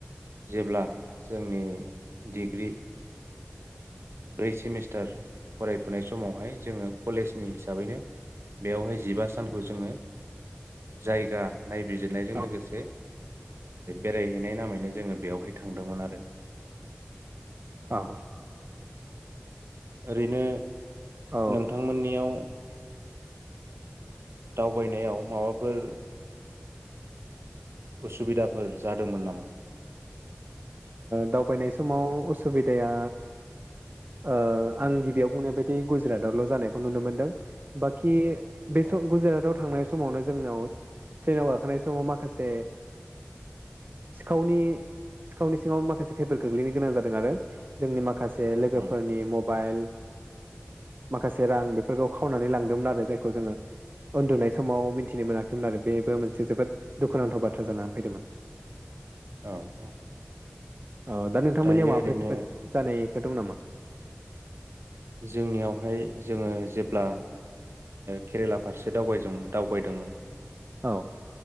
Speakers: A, on the right; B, on the right.
A: जेब्ला जोंनि डिग्रि ब्रै सेमिस्टार फरायफुनाय समावहाय जोङो कलेजनि हिसाबैनो बेयावहाय जिबा सानखौ जोङो जायगा नायबिजिरनायजों
B: औ
A: लोगोसे बेरायहैनाय नामैनो जोङो बेयावहाय थांदोंमोन आरो
B: औ
A: ओरैनो
B: औ ओ
A: नोंथांमोननियाव दावबायनायाव माबाफोर असुबिदाफोर जादोंमोन नामा?
B: दावबायनाय समाव असुबिदाया ओ आं गिबियाव बुंनाय बायदि गुजरातआवल' जानायखौ नुनो मोनदों बाखि बे
A: औ
B: सम गुजरातआव थांनाय सम समावनो जोंनाव ट्रेनाव गाखोनाय समाव माखासे सिखावनि सिखावनि सिङावनो माखासे खैफद गोग्लैनो गोनां जादों आरो जोंनि माखासे लोगोफोरनि
A: उम
B: म मबाइल माखासे रां बेफोरखौ खावनानै लांदोंमोन आरो जायखौ जोङो उन्दुनाय समाव मिथिनो मोनाखैमोन आरो बेबो मोनसे जोबोद दुखुनांथाव बाथ्रा जानानै फैदोंमोन।
A: औ औ।
B: औ दा नोंथांमोननियाव
A: दायो
B: माबाफोर
A: ओरैनो
B: खैफोद जानायफोर दं नामा?
A: जोंनियावहाय जोङो जेब्ला केरेला फारसे दावबायज दावबायदोंमोन
B: औ